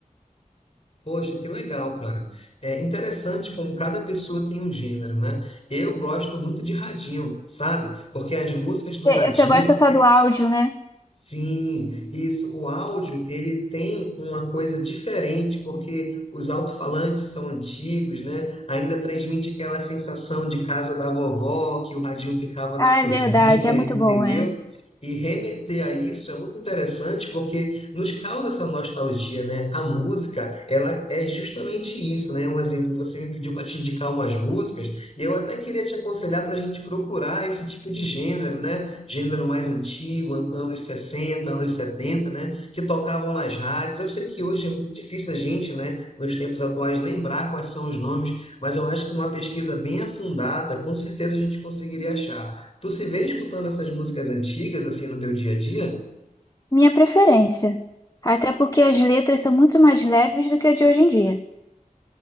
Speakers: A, on the left (about 45°); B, on the left (about 25°).
A: Poxa, que legal, cara. É interessante como cada pessoa tem um gênero, né? Eu gosto muito de radinho, sabe? Porque as músicas do
B: Você
A: radinho,
B: você gosta só do áudio, né?
A: Sim, isso. O áudio, ele tem uma coisa diferente, porque os alto-falantes são antigos, né? Ainda transmite aquela sensação de casa da vovó, que o radinho ficava na
B: Ah,
A: cozinha,
B: é verdade, é muito
A: entendeu?
B: bom, é.
A: E remeter a isso é muito interessante porque nos causa essa nostalgia, né? A música, ela é justamente isso, né? Um exemplo, você me pediu para te indicar umas músicas, e eu até queria te aconselhar para a gente procurar esse tipo de gênero, né? gênero mais antigo, anos 60, anos 70, né? Que tocavam nas rádios. Eu sei que hoje é muito difícil a gente, né, nos tempos atuais, lembrar quais são os nomes, mas eu acho que uma pesquisa bem afundada, com certeza a gente conseguiria achar. Tu se vê escutando essas músicas antigas, assim, no teu dia a dia?
B: Minha preferência. Até porque as letras são muito mais leves do que a de hoje em dia.